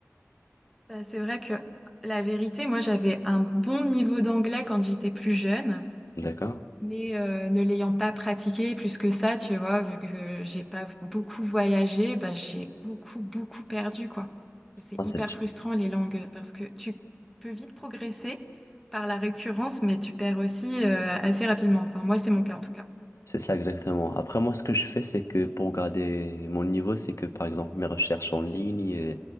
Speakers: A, in the centre; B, on the left.
A: Bah, c'est vrai que la vérité, moi, j'avais un bon niveau d'anglais quand j'étais plus jeune.
B: D'accord?
A: Mais euh, ne l'ayant pas pratiqué plus que ça, tu vois, vu que j'ai pas beaucoup voyagé, bah, j'ai beaucoup, beaucoup perdu, quoi. C'est
B: Ah,
A: hyper
B: c'est sûr.
A: frustrant les langues parce que tu peux vite progresser par la récurrence, mais tu perds aussi euh, assez rapidement. Enfin, moi, c'est mon cas en tout cas.
B: C'est ça exactement. Après, moi, ce que je fais, c'est que pour garder mon niveau, c'est que par exemple, mes recherches en ligne, euh,